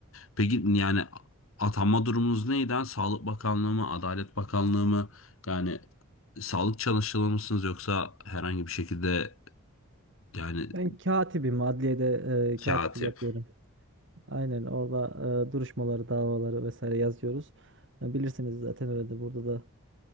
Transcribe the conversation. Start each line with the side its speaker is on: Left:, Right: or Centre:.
Left: Peki yani atanma durumunuz neydi? ha? Sağlık Bakanlığı mı, Adalet Bakanlığı mı? Yani sağlık çalışanı mısınız yoksa herhangi bir şekilde yani
Right: Ben katibim. Adliyede e,
Left: Katip.
Right: katiplik yapıyorum. Aynen orada e, duruşmaları, davaları vesaire yazıyoruz. Ya bilirsiniz zaten öyle de burada da